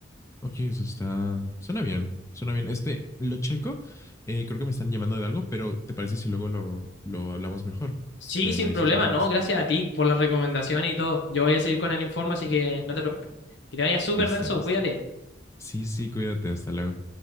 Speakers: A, on the left; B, on the left.
A: Oye, eso está. Suena bien. Suena bien. Este, lo checo. Eh, creo que me están llamando de algo, pero ¿te parece si luego lo, lo hablamos mejor?
B: Sí,
A: Me,
B: sin
A: me dices
B: problema,
A: mucho
B: no,
A: más.
B: gracias a ti por la recomendación y todo. Yo voy a seguir con el informe, así que no te preocupes. Que te vaya súper,
A: Listo,
B: Renzo,
A: listo.
B: cuídate.
A: Sí, sí, cuídate. Hasta luego.